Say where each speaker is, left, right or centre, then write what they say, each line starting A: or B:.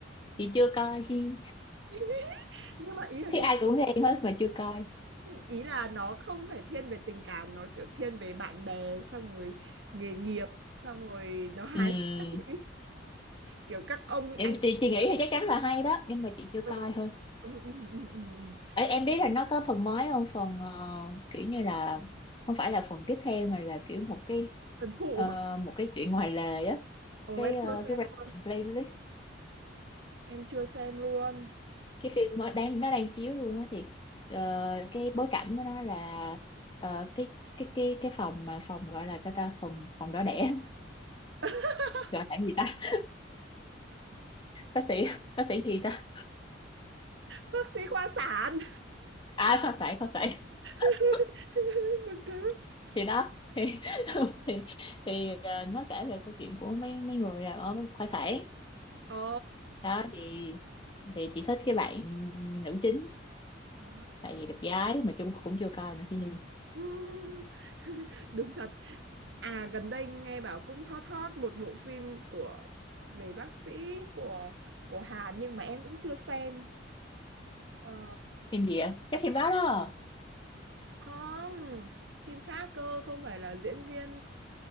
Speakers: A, on the left (about 25°); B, on the right (about 65°).
A: chị chưa coi Hi
B: <laughs> Nhưng mà ý là
A: thấy
B: cái
A: ai cũng nghe hết mà chưa coi
B: ý là nó không phải thiên về tình cảm, nó kiểu thiên về bạn bè xong rồi nghề nghiệp xong rồi nó hài
A: Ừm,
B: hước á chị. kiểu các ông
A: em
B: anh
A: chị, chị nghĩ thì chắc chắn là hay đó nhưng mà chị chưa
B: ờ,
A: coi thôi
B: ừ, ừ, ừ, ừ, ừ, ừ.
A: Ê, em biết là nó có phần mới không phần ờ, kiểu như là không phải là phần tiếp theo mà là kiểu một cái
B: thần phụ
A: ờ,
B: hả
A: một cái chuyện ngoài lề á
B: ồ
A: cái
B: em
A: ờ,
B: chưa xem
A: cái resident
B: luôn
A: playlist
B: em chưa xem luôn
A: cái phim nó đang nó đang chiếu luôn á thì ờ, cái bối cảnh của nó là ờ, cái cái cái cái phòng mà phòng gọi là sao ta phòng phòng đỏ đẻ
B: <laughs>
A: <laughs> gọi là gì ta bác sĩ <laughs> bác sĩ gì ta
B: bác sĩ, khoa sản
A: à khoa sản khoa sản
B: <laughs>
A: <laughs>
B: buồn cười quá.
A: thì đó thì <laughs> thì thì ờ, nó kể về câu chuyện của mấy mấy người làm ở khoa sản
B: ồ
A: đó thì thì chị thích cái bạn nữ chính
B: Ờ.
A: tại vì đẹp gái mà chung cũng chưa coi nữa phim
B: <laughs> đúng thật à gần đây nghe bảo cũng hot hot một bộ phim của về bác sĩ của của Hàn nhưng mà em cũng chưa xem Ờ,
A: phim gì ạ chắc phim đó đó
B: không phim khác cơ không phải là diễn viên